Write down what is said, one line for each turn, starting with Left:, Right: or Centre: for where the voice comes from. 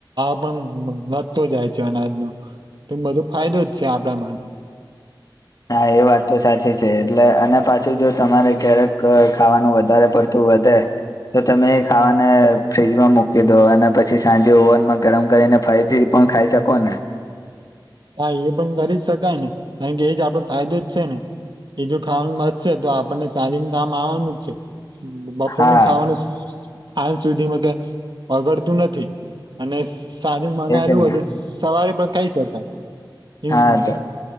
Right: પણ વધતો જાય છે અનાજનો તો બધો ફાયદો જ છે આપણા માટે
Left: હા એ વાત તો સાચી છે એટલે અને પાછું જો તમારે ક્યારેક ખાવાનું વધારે પડતું વધે તો તમે ખાવાને ફ્રીજમાં મૂકી દો અને પછી સાંજે ઓવનમાં ગરમ કરીને ફરીથી પણ ખાઈ શકો ને
Right: હા એ પણ કરી જ શકાય ને કારણ કે એજ આપડે ફાયદો જ છે ને એજ ખાવાનું મતશે તો આપણને ચાલી કામ આવવાનું જ છે બપોર
Left: હા
Right: નું ખાવાનું આજ સુધીમાં ક વગડતું નથી અને સાંજ મનાયેલું
Left: એજ ને
Right: હોય તો સવારે પણ ખાઈ શકાય હમ
Left: હા તો